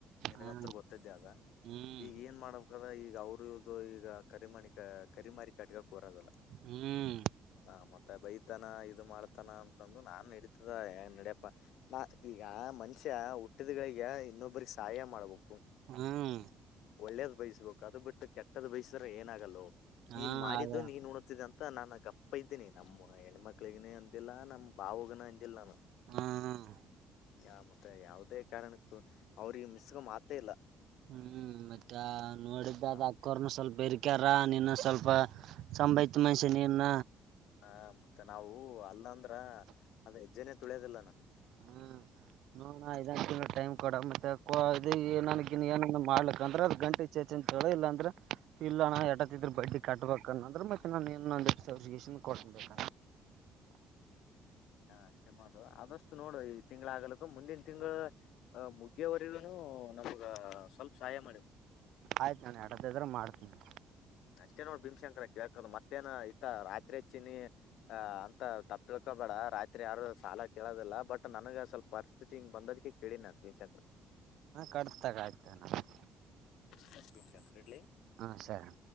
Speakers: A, on the left; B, on the right.
A: ನಿನಗಂತ್ರು
B: ಹ
A: ಗೊತ್ತಿದ್ದೆ ಅದ.
B: ಹ್ಮ್
A: ಈಗ್ ಏನ್ ಮಾಡ್ಬೇಕದ ಈಗ ಅವ್ರು ಇವ್ರ್ದು ಈಗ ಕರಿಮಣಿ ಕ ಕರಿಮಾರಿ ಕಟ್ಗಕ್ ಬರದಲ.
B: ಹ್ಮ್.
A: ಹ ಮತ್ತೆ ಬೈತಾನ ಇದು ಮಾಡ್ತಾನ ಅಂತಂದು ನಾನು <unintelligible> ಹೇ ನಡಿಯಪ್. ನಾ ಈಗ ಮನುಷ್ಯ ಹುಟ್ಟಿದ್ಗಳಿಗ ಇನ್ನೊಬ್ರಿಗ್ ಸಹಾಯ ಮಾಡ್ಬಕು.
B: ಹ್ಮ್.
A: ಒಳ್ಳೇದ್ ಬಯಸ್ಬಕು ಅದು ಬಿಟ್ಟು ಕೆಟ್ಟದ್ ಬಯಸಿದ್ರ ಏನಾಗಲ್ಲೋ
B: ಹಾ
A: ನೀನ್ ಮಾಡಿದ್ದು
B: ಆಗ
A: ನೀನ್ ಊಣುತಿದೆ ಅಂತ್. ಅಂತ ನಾನ ಗಪೈದಿನಿ ನಮ್ಮ ಹೆಣ್ಮಕ್ಳಿಗನ ಅಂದಿಲ್ಲ ನಮ್ ಬಾವಗನು ಅಂದಿಲ್ ನನು.
B: ಹ್ಮ ಹ್ಮ್.
A: ಯ ಮತ್ತೆ ಯಾವದೇ ಕಾರ್ಣಕ್ಕೂ ಅವ್ರಿಗ್ ಮಿಸ್ಗ ಮಾತೆ ಇಲ್ಲ.
B: ಹ್ಮ್ ಮತ್ತ ನೋಡಿದ್ದಾದ
A: ಆ ಮತ್ತೆ
B: ಅಕ್ಕೋರ್ನು ಸ್ವಲ್ಪ ಬೆರಿ ಕೆರ ನೀನು ಸ್ವಲ್ಪ ಸಂಭೈತ ಮನ್ಷಿ ನಿನ್ನ.
A: ಹ ಮತ್ತೆ ನಾವು ಅಲ್ಲಂದ್ರ ಅದ್ ಹೆಜ್ಜೆನೆ ತುಳಿಯೋದಿಲ್ಲ ನನು.
B: ಹ್ಮ ನೋಡಣ ಇದೊಂದ್ ತಿಂಗ್ಳು ಟೈಂವು. ಕೊಡ ಮತ್ತೆ ಕೋ ಅದ್ ನನಗಿನ್ ಏನನ್ ಮಾಡ್ಲಿಕಂದ್ರ ಅದ್ ಗಂಟಿ ಚೇಚುನ್ ಕೇಳು ಇಲ್ಲಾಂದ್ರ. ಇಲ್ಲ ನಾ ಎಟೊತ್ತಿದ್ರರು ಬಡ್ಡಿ ಕಟ್ಬೇಕ್ ಅಂದ್ರೂ ಮತ್ತೆ ನಾನ್ ಇನ್ನೊಂದ ಸನ್ ಕೊಡ್ಬೇಕ
A: ಅ ಅಷ್ಟ ಮಾಡು ಅಷ್ಟು ನೋಡು ಈ ತಿಂಗಳ ಆಗಲಕ್ಕ ಮುಂದಿನ ತಿಂಗಳು ಆ ಮುಗ್ಗಿಯವರಿಗನು ನಮಗ ಸ್ವಲ್ಪ ಸಹಾಯ ಮಾಡಿಬಹುದು
B: ಆಯ್ತು ಅಣ್ಣಾ ಆಡತಿದ ಇದ್ರು ಮಾಡ್ತೇನಿ
A: ಹ್ಮ್ ಅಷ್ಟೇ ನೋಡ್ ಭೀಮಶಂಕರ ಕೇಳ್ಕದು ಮತ್ತೇನ ಇಷ್ಟ ರಾತ್ರಿ ಹಚ್ಚಿನಿ ಅ ಅಂತ ತಪ್ಪ ತಿಳ್ಕೊಬೇಡ ರಾತ್ರಿ ಯಾರು ಸಾಲ ಕೇಳೋದಿಲ್ಲ ಬಟ್ ನನಗ ಸ್ವಲ್ಪ ಪರಿಸ್ಥಿತಿ ಹಿಂಗ್ ಬಂದಕ ಹೇಳಿ ನಾ <unintelligible>
B: <unintelligible>
A: <unintelligible> ಇಡ್ಲಿ
B: ಹಾ ಸರಿ